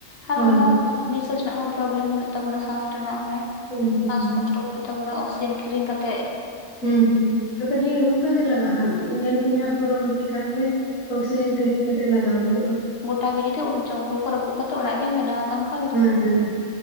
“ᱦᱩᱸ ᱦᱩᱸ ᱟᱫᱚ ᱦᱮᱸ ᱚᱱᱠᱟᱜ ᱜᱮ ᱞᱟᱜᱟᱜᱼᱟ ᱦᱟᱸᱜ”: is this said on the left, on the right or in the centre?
Left